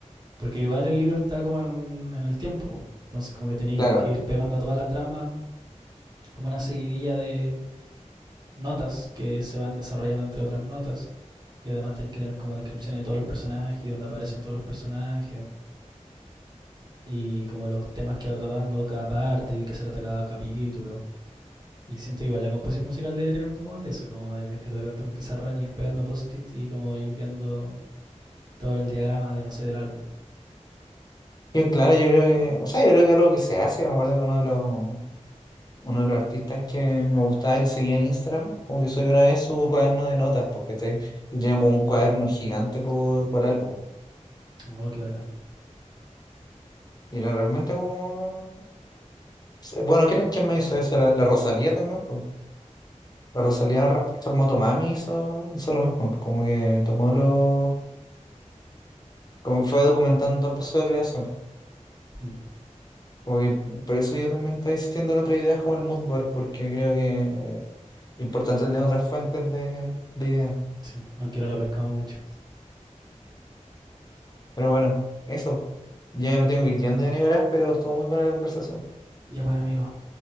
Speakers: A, on the right; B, on the left.
A: Porque igual el libro está como en, un, en el tiempo, po. entonces como que tenéis
B: Claro.
A: que ir pegando a toda la trama, como una seguidilla de notas que se van desarrollando entre otras notas. Y además tenéis que tener como descripciones de todos los personajes, y dónde aparecen todos los personajes, y como los temas que va tratando cada parte y de qué se trata cada capítulo. Y siento que igual la composición musical debería tener un poco más de eso, como de pescar de repente un pizarrón y ir pegando post-it y como ir viendo todo el diagrama de, no sé, del álbum.
B: Yo, claro, yo creo que, o sea, yo creo que algo que se hace, me acuerdo que uno de los, uno de los artistas que me gustaba que seguía en Instagram, como que subió una vez su cuaderno de notas, porque te, tenía como un cuaderno gigante por, por álbum.
A: Oh, qué bacán.
B: Y era realmente como Se- Bueno, ¿quién, quién me hizo eso? La, la Rosalía también, po. La Rosalía respecto al Motomami hizo, hizo lo mismo, po. Como que tomó los... Como fue documentando todo el proceso de creación, po.
A: Hmm,
B: Como que por eso yo también estoy insistiendo en otras ideas como el mood board, porque creo que es importante tener otras fuentes de, de ideas.
A: sí, aunque no lo pescamos mucho.
B: Pero bueno, eso. Ya me tengo que ir yendo ya, Nicolás, pero estuvo muy buena la conversación. po.
A: Ya pues, amigo,